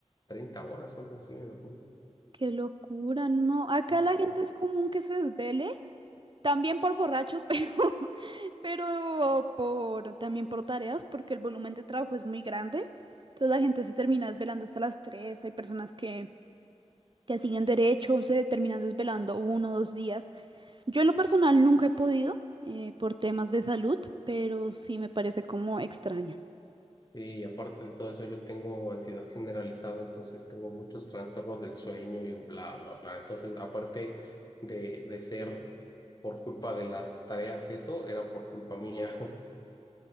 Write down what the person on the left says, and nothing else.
30 horas o algo así me dormí.
¿no?
Y aparte de todo eso, yo tengo ansiedad generalizada, entonces tengo muchos trastornos del sueño y bla, bla, bla. Entonces, aparte de, de ser por culpa de las tareas y eso, era por culpa mía.